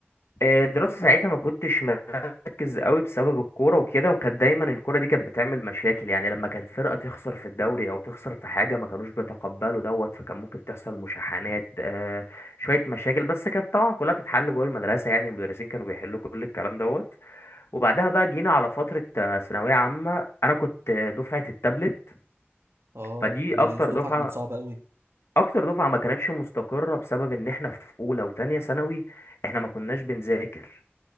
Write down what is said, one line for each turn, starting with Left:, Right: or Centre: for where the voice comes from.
Left: آه، الدراسة ساعتها ما كنتش مركز قوي بسبب الكورة وكده وكانت دايما الكورة دي كانت بتعمل مشاكل يعني لما كانت فرقة تخسر في الدوري أو تخسر في حاجة ما كانوش بيتقبلوا دوت فكان ممكن تحصل مشاحنات آه، شوية مشاكل بس كانت طبعا كلها بتتحل جوه المدرسة يعني المدرسين كانوا بيحلوا كل الكلام دوت وبعدها بقى جينا على فترة آه، ثانوية عامة أنا كنت آه، دفعة التابلت
Right: أه
Left: فدي
Right: دي
Left: أكتر
Right: الدفعة
Left: دفعة
Right: كانت صعبة أوي
Left: أكتر دفعة ما كانتش مستقرة بسبب إن إحنا في أولى وتانية ثانوي إحنا ما كناش بنذاكر